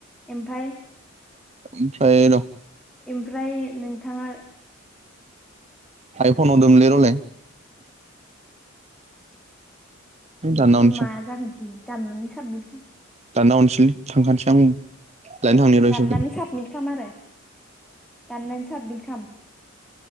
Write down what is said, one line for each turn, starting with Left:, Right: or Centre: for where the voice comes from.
Centre: एमफाय
Right: ओमफ्राय र'
Centre: ओमफ्राय नोंथाङा
Right: आइ फन हरदोमोनलै र'लाय
Centre: इदिबा
Right: दानना हरनोसै
Centre: मा
Right: आं
Centre: जागोनसै दामनानै साबमिट खाम
Right: दानना हरनिसैलै थांखानिसै आं लायनो थांनि र'
Centre: दाननानै
Right: इसोरखौ
Centre: साबमिट खाम आरो दाननानै साबमिट खाम